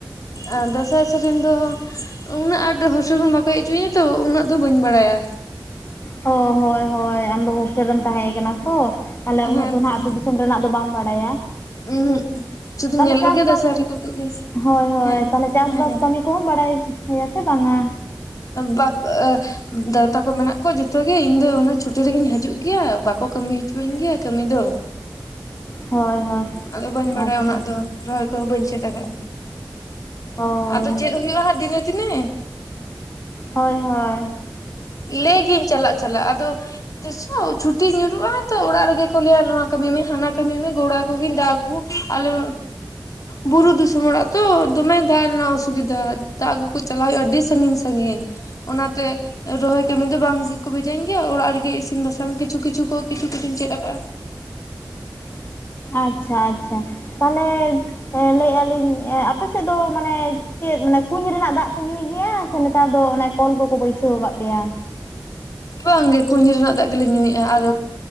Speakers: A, on the left; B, on the left.
A: ᱟᱨ ᱫᱟᱸᱥᱟᱭ ᱥᱮᱨᱮᱧ ᱫᱚ ᱩᱱᱟᱹᱜ ᱟᱸᱴ ᱦᱚᱥᱩᱞ ᱦᱚᱸ ᱵᱟᱠᱚ ᱦᱪᱚᱤᱧᱟᱹ ᱛᱚ ᱩᱱᱟᱹᱜ ᱫᱚ ᱵᱟᱹᱧ ᱵᱟᱲᱟᱭᱟ
B: ᱚ ᱦᱳᱭ ᱦᱳᱭ ᱟᱢ ᱫᱚ ᱦᱳᱥᱴᱮᱞ ᱨᱮᱢ ᱛᱟᱦᱮᱸ ᱠᱟᱱᱟ ᱛᱚ ᱛᱟᱞᱦᱮ ᱩᱱᱟᱹᱜ
A: ᱦᱮᱸ
B: ᱫᱚ ᱱᱟᱦᱜ
A: ᱛᱚ
B: ᱟᱹᱛᱩ ᱫᱤᱥᱚᱢ ᱨᱮᱱᱟᱜ ᱫᱚ ᱵᱟᱢ ᱵᱟᱰᱟᱭᱟ
A: ᱩᱦᱩᱜ ᱥᱩᱫᱩᱧ
B: ᱛᱟᱦᱞᱮ
A: ᱧᱮᱞ
B: ᱪᱟᱥ
A: ᱠᱚᱜᱮᱭᱟ
B: ᱵᱟᱥ
A: ᱫᱟᱸᱥᱟᱭ ᱨᱮᱠᱚ ᱦᱮᱸ
B: ᱦᱳᱭ ᱦᱳᱭ
A: ᱦᱮᱸ
B: ᱛᱟᱞᱦᱮ ᱪᱟᱥ
A: ᱦᱮᱸ
B: ᱵᱟᱥ ᱠᱟᱹᱢᱤ ᱠᱚ ᱦᱚᱸᱢ ᱵᱟᱲᱟᱭ ᱜᱮᱭᱟ ᱥᱮ ᱵᱟᱝᱟ
A: ᱵᱟ ᱫᱟᱫᱟ ᱛᱟᱠᱚ ᱢᱮᱱᱟᱜ ᱠᱚᱣᱟ ᱡᱚᱛᱚ ᱜᱮ ᱤᱧ ᱫᱚ ᱚᱱᱟ ᱪᱷᱩᱴᱤ ᱨᱮᱜᱤᱧ ᱦᱤᱡᱩᱜ ᱜᱮᱭᱟ ᱵᱟᱠᱚ ᱠᱟᱹᱢᱤ ᱦᱚᱪᱚᱣᱟᱹᱧ ᱜᱮᱭᱟ ᱠᱟᱹᱢᱤ ᱫᱚ
B: ᱦᱳᱭ ᱦᱳᱭ
A: ᱟᱫᱚ ᱵᱟᱹᱧ ᱵᱟᱰᱟᱭᱟ
B: ᱟᱪᱪᱷᱟ
A: ᱩᱱᱟᱹᱜ ᱫᱚ ᱨᱚᱦᱚᱭ ᱠᱚᱦᱚᱸ ᱵᱟᱹᱧ ᱪᱮᱫ ᱟᱠᱟᱟᱜᱼᱟ
B: ᱦᱳᱭ
A: ᱟᱫᱚ ᱪᱮᱫ ᱦᱩᱭᱩᱜᱼᱟ ᱦᱟᱸᱜ ᱫᱤᱱᱮ ᱫᱤᱱᱮ
B: ᱦᱳᱭ ᱦᱳᱭ
A: ᱞᱮᱟᱹᱭ ᱜᱤᱭᱟᱹᱧ ᱪᱟᱞᱟᱜ ᱪᱟᱞᱟᱜ ᱟᱫᱚ ᱛᱤᱥᱚᱜ ᱪᱷᱩᱴᱤ ᱧᱩᱨᱩᱜᱼᱟ ᱛᱚ ᱚᱲᱟᱜ ᱨᱮᱜᱮ ᱠᱚ ᱞᱟᱹᱭᱟ ᱱᱚᱣᱟ ᱠᱟᱹᱢᱤ ᱢᱮ ᱦᱟᱱᱟ ᱠᱟᱹᱢᱤ ᱢᱮ ᱜᱚᱲᱟ ᱠᱚᱜᱮᱧ ᱫᱟᱜ ᱟᱞᱩ ᱵᱩᱨᱩ ᱫᱤᱥᱚᱢ ᱚᱲᱟᱜ ᱛᱚ ᱫᱚᱢᱮ ᱫᱟᱜ ᱨᱮᱱᱟᱜ ᱚᱥᱩᱵᱤᱫᱷᱟ ᱫᱟᱜ ᱟᱹᱜᱩ ᱠᱚ ᱪᱟᱞᱟᱣ ᱦᱩᱭᱩᱜᱼᱟ ᱟᱹᱰᱤ ᱥᱟᱺᱜᱤᱧ ᱥᱟᱺᱜᱤᱧ ᱚᱱᱟ ᱛᱮ ᱨᱚᱦᱚᱭ ᱠᱟᱹᱢᱤ ᱫᱚ ᱵᱟᱝ ᱜᱮᱠᱚ ᱵᱷᱮᱡᱟᱧ ᱜᱮᱭᱟ ᱚᱲᱟᱜ ᱨᱮᱜᱮ ᱤᱥᱤᱱ ᱵᱟᱥᱟᱝ ᱠᱤᱪᱷᱩ ᱠᱤᱪᱷᱩ ᱠᱚᱤᱪᱷᱩ ᱠᱤᱪᱷᱩᱧ ᱪᱮᱫ ᱟᱠᱟᱜᱼᱟ
B: ᱟᱪᱪᱷᱟ ᱟᱪᱪᱷᱟ ᱛᱟᱞᱦᱮ ᱞᱟᱹᱭᱮᱜᱼᱟᱞᱤᱧ ᱟᱯᱮ ᱥᱮᱫ ᱫᱚ ᱢᱟᱱᱮ ᱪᱮᱫ ᱢᱟᱱᱮ ᱠᱩᱧ ᱨᱮᱱᱟᱜ ᱫᱟᱜ ᱯᱮ ᱧᱩᱭ ᱜᱮᱭᱟ ᱥᱮ ᱱᱮᱛᱟᱨ ᱫᱚ ᱚᱱᱮ ᱦᱚᱯᱚᱱ ᱠᱚᱠᱚ ᱵᱟᱹᱭᱥᱟᱹᱣ ᱟᱠᱟᱫ ᱯᱮᱭᱟ
A: ᱵᱟᱝ ᱜᱮ ᱠᱩᱧ ᱨᱮᱱᱟᱜ ᱫᱟᱜ ᱜᱮᱞᱮ ᱧᱩᱭᱮᱜᱼᱟ ᱟᱨ